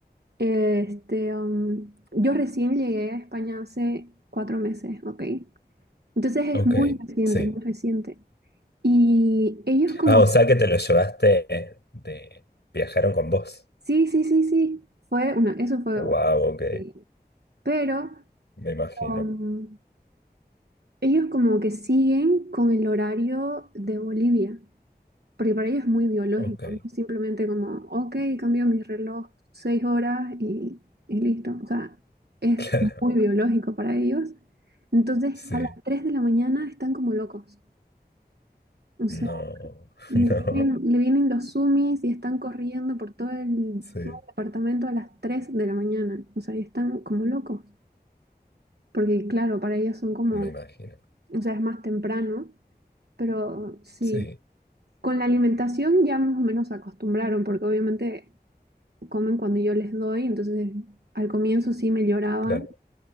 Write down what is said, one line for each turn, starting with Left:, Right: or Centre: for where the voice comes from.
Right: este, um, yo recién llegué a España hace cuatro meses, ¿ok? Entonces es
Left: Ok,
Right: muy reciente,
Left: sí.
Right: muy reciente. Y ellos como,
Left: Ah, o sea
Right: que-
Left: que te lo llevaste de... Viajaron con vos.
Right: sí, sí, sí, sí, fue una, eso fue
Left: Wow,
Right: una
Left: ok,
Right: tontería. pero
Left: me imagino.
Right: um, ellos como que siguen con el horario de Bolivia. Porque para ellos es muy biológico,
Left: Ok, <laughs>
Right: no es simplemente como, ok, cambio mi reloj seis horas y, y listo. O sea, es
Left: claro,
Right: muy biológico para ellos. Entonces,
Left: sí.
Right: a las 3 de la mañana están como locos. O
Left: No,
Right: sea, le
Left: <laughs> no,
Right: vienen, le vienen los sumis y están corriendo por todo el,
Left: sí,
Right: todo el departamento a las 3 de la mañana. O sea, y están como locos. Porque, claro, para ellos son como,
Left: me imagino.
Right: o sea, es más temprano, pero sí.
Left: Sí,
Right: Con la alimentación ya más o menos se acostumbraron, porque obviamente comen cuando yo les doy, entonces al comienzo sí me lloraban
Left: claro,